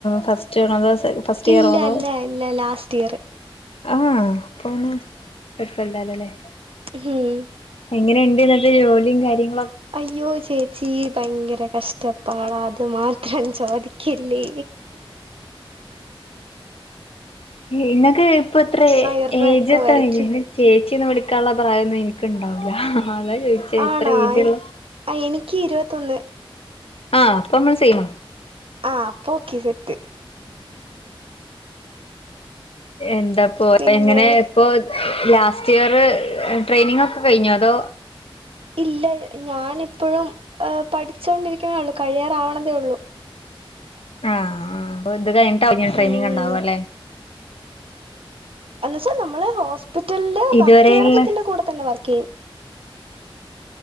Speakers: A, on the left; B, on the right.
A: ഫസ്റ്റ്ണതോ ഫസ്റ്റ്
B: ഇല്ല
A: ഇയർോതോ
B: ഇല്ല ഇല്ല ലാസ്റ്റ് ഇയർ
A: ആഹ് പോണ് കുപ്പില്ലാലല്ലേ
B: ഹം
A: എങ്ങനെയുണ്ട് ഇത്തെ ജോലിയും കാര്യങ്ങള
B: അയ്യോ ചേച്ചി ഭയങ്കര കഷ്ടപ്പാട അത് അത് മാത്രം ചോദിക്കില്ലേ,
A: നിന്നക്ക് ഇപ്പ അത്ര
B: ഇറ
A: ഏജ്
B: ഒക്കെ
A: എത്തണെങ്ക
B: വരയ്ക്കും
A: ചേച്ചി ള്ള പ്രായമൊന്നും എനിക്കുണ്ടാവില്ല അതാ ചോദിച്ച എത്ര
B: ആണാ
A: ഏജുള്ള
B: ആ എനിക്ക് ഇരുപത്തൊന്ന്
A: ആഹ അപ്പൊ നമ്മള് ചെയ്യണം
B: ആഹ് ഓക്കേ സെറ്റ്
A: എന്താപ്പോ
B: പിന്നെ
A: എങ്ങനെ ഇപ്പൊ ലാസ്റ്റ് ഇയർ ട്രെയിനിങ് ഒക്കെ കഴിഞ്ഞു? അതോ
B: ഇല്ല ഞാാന ഇപ്പോഴും പഠിച്ചൊണ്ടിരിക്കയേ ഉള്ളു കഴിയാറാവണതേ ഉള്ളു,
A: ആഹ് ആ് അ ഇത് കഴിഞ്ഞിട്ടാവ ട്രെയിനിങ്
B: ഉം
A: ഉണ്ടാവും അല്ലെ?
B: സൊ നമ്മള് ഹോസ്പിറ്റലില്
A: ഇതുവരെയുള്ള
B: വർക്ക് ചെയ്യണത് ഇതിന്റെ കൂടെ തന്നെ വർക്ക് ചെയ്യും